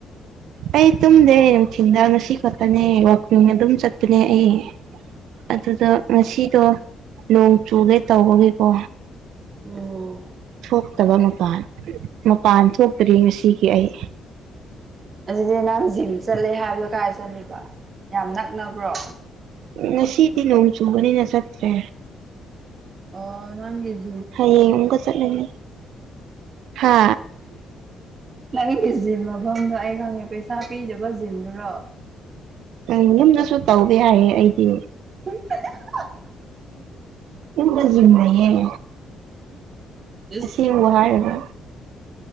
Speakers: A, on the right; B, on the right.
A: ꯑꯩ ꯇꯨꯝꯗꯦ ꯅꯨꯡꯆꯤꯟꯗ ꯉꯁꯤ ꯈꯛꯇꯅꯦ ꯋꯥꯛꯀꯤꯡ ꯑꯗꯨꯝ ꯆꯠꯇꯅꯦ ꯑꯩ ꯑꯗꯨꯗ ꯉꯁꯤꯗꯣ
B: ꯑꯣ
A: ꯅꯣꯡ ꯆꯨꯒꯦ ꯇꯧꯕꯒꯤꯀꯣ
B: ꯎꯝ
A: ꯊꯣꯛꯇꯕ ꯃꯄꯥꯟ ꯃꯄꯥꯟ ꯊꯣꯛꯇ꯭ꯔꯤ ꯉꯁꯤꯒꯤ ꯑꯩ
B: ꯑꯁꯤꯗꯤ ꯅꯪ ꯖꯤꯝ ꯆꯠꯂꯦ ꯍꯥꯏꯕꯗꯣ ꯀꯥꯏ ꯆꯠꯂꯤꯕ ꯌꯥꯝ ꯅꯛꯅꯕ꯭ꯔꯣ
A: ꯎ ꯉꯁꯤꯗꯤ ꯅꯣꯡ ꯆꯨꯕꯅꯤꯅ ꯆꯠꯇ꯭ꯔꯦ
B: ꯑ ꯅꯪꯂꯤꯁ
A: ꯍ ꯏꯀ ꯆꯠ ꯂꯩꯒꯦ ꯍꯥ
B: ꯅꯪꯒꯤ ꯖꯤꯝ ꯃꯐꯝꯗꯣ ꯑꯩ ꯈꯪꯉꯦ ꯄꯩꯁꯥ ꯄꯤꯗꯕ ꯖꯤꯝꯗꯨꯔꯣ
A: ꯎꯝ ꯌꯨꯝꯗꯁꯨ ꯇꯧꯕ ꯌꯥꯏꯌꯦ ꯑꯩꯗꯤ
B: <unintelligible>
A: ꯌꯨꯝꯇ ꯌꯨꯝꯅꯩꯌꯦ
B: ꯏꯁ
A: ꯑꯁꯤ ꯋꯥ ꯍꯥꯏꯔꯒ